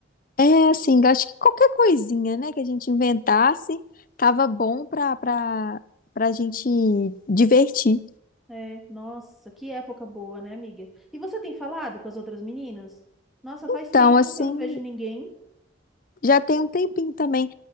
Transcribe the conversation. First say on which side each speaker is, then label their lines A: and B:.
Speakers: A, on the left (about 45°); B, in the centre.
A: É assim, acho que qualquer coisinha, né, que a gente inventasse, tava bom pra, pra, pra gente divertir.
B: É, nossa, que época boa, né, amiga? E você tem falado com as outras meninas? Nossa, faz
A: Então,
B: tempo
A: assim,
B: que eu não vejo ninguém.
A: Já tem um tempinho também.